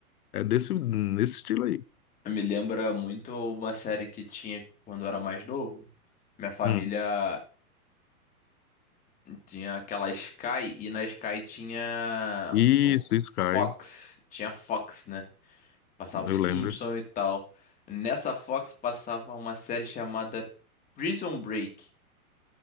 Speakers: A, on the left; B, on the left.
A: É desse, nesse estilo aí.
B: Me lembra muito uma série que tinha quando eu era mais novo. Minha família
A: Hum.
B: tinha aquela Sky, e na Sky tinha
A: Isso,
B: um-
A: Sky,
B: Fox, tinha Fox, né? Passava
A: eu
B: os Simpsons
A: lembro.
B: e tal. Nessa Fox passava uma série chamada Prison Break.